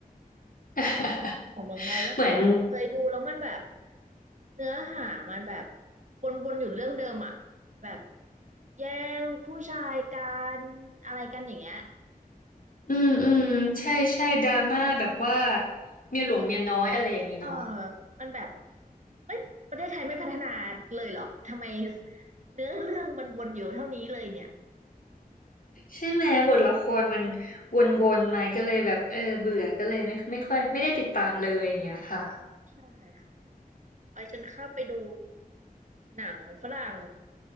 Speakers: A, on the left; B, on the right.
A: <laughs>
B: ของเมืองไทยก็คือแบบเคยดูแล้วมันแบบ
A: เหมือน
B: เนื้อหามันแบบวนๆอยู่เรื่องเดิมอ่ะแบบ แย่งผู้ชายกันอะไรกันอย่างเงี้ย
A: อืมอืมใช่ใช่ดราม่าแบบว่าเมียหลวงเมียน้อยอะไรอย่างนี้เนาะ
B: เออมันแบบไม่ประเทศไทยไม่พัฒนาเลยเหรอทำไมเนื้อเรื่องมันวนอยู่เท่านี้เลยเนี่ย
A: ใช่ไหมบทละครมันวนๆมาก็เลยแบบเออเบื่อก็เลยไม่ไม่ค่อยไม่ได้ติดตามเลยอย่างเงี้ยค่ะ
B: ใช่ค่ะไปฉันข้ามไปดูหนังฝรั่ง